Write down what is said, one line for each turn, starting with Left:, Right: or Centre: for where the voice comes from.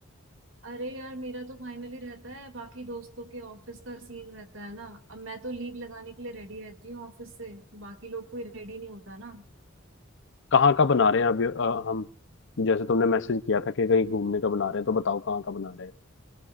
Right: अरे यार मेरा तो फाइनली रहता है बाकी दोस्तों के ऑफिस का सीन रहता है ना अब मैं तो लीव लगाने के लिए रेडी रहती हूँ ऑफिस से बाकी लोग कोई रेडी नहीं होता ना
Left: कहाँ का बना रहे हैं अभी अ, हम जैसे तुमने मैसेज किया था कि कहीं घूमने का बना रहे हैं तो बताओ कहाँ का बना रहे हैं